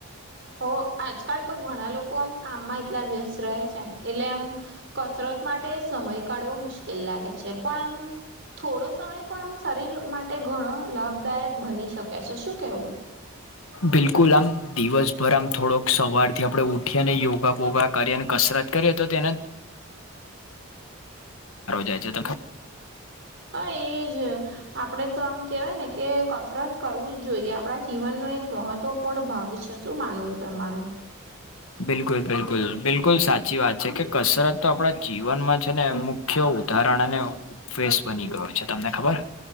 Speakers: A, on the right (about 55°); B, on the left (about 75°).
A: હો આજકાલ તો ઘણા લોકો આમ કામમાં એટલા વ્યસ્ત રહે છે એટલે આમ કસરત માટે સમય કાઢવો મુશ્કેલ લાગે છે. પણ આમ થોડો સમય પણ આમ શરીર માટે ઘણો લાભદાયક બની શકે છે શું કેવું?
B: બિલકુલ આમ દિવસભર આમ થોડોક સવારથી આપણે ઉઠી અને યોગા બોગા કરી અને કસરત કરીએ તો તેના હારો જાય છે તો
A: હા એજ. આપણે તો આમ કહેવાય ને કે કસરત કરવું જ જોઈએ. આપણા જીવનનું એક મહત્વ પૂર્ણ ભાગ છે. શું માનવું તમારું?
B: બિલકુલ બિલકુલ. બિલકુલ સાચી વાત છે કે કસરત તો આપણા જીવનમાં છે ને અમુક મુખ્ય ઉદાહરણ અને ઉપવેશ બની ગયો છે તમને ખબર?